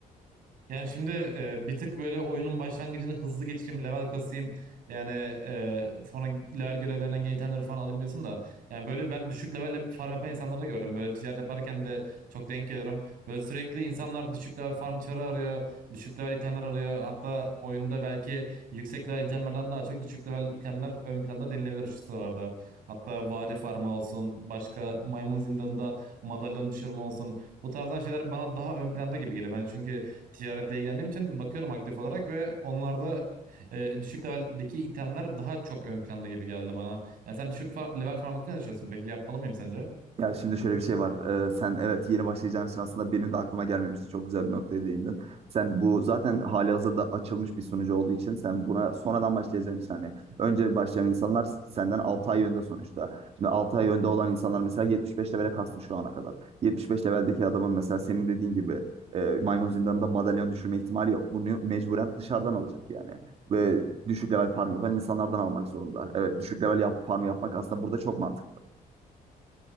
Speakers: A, on the right; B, on the right.
A: Yani şimdi e, bir tık böyle oyunun başlangıcını hızlı geçireyim, level kasayım. Yani e, sonra level görevlerinden gelen itemleri falan alayım diyorsun da. Yani böyle ben düşük level farm yapan insanları da gördüm. Böyle ticaret yaparken de çok denk geliyorum. Böyle sürekli insanlar düşük level farm çarı arıyor, düşük level itemler arıyor. Hatta oyunda belki yüksek level itemlerden daha çok düşük level itemler ön planda denilebilir şu sıralarda. Hatta vade farmı olsun, başka maymun zindanında madalyon düşürme olsun. Bu tarzdan şeyler bana daha ön planda gibi geliyor. Ben çünkü ticaretle ilgilendiğim için bakıyorum aktif olarak ve onlarda e, düşük leveldeki itemler daha çok ön planda gibi geldi bana. Yani sen düşük fa- level farm hakkında ne düşünüyorsun? Peki yapmalı mıyım sence?
B: Ya şimdi şöyle bir şey var. Ee, sen evet yeni başlayacağın için aslında benim de aklıma gelmemişti. Çok güzel bir noktaya değindin. Sen bu zaten hali hazırda açılmış bir sunucu olduğu için sen buna sonradan başlayacağın için hani önce başlayan insanlar senden 6 ay önde sonuçta. Şimdi 6 ay önde olan insanlar mesela 75 levele kastı şu ana kadar. 75 leveldeki adamın mesela senin dediğin gibi e, maymun zindanında madalyon düşürme ihtimali yok. Bunu mecburen dışarıdan alacak yani. Ve düşük level farm yapan insanlardan almak zorunda. Evet düşük level yap, farm yapmak aslında burada çok mantıklı.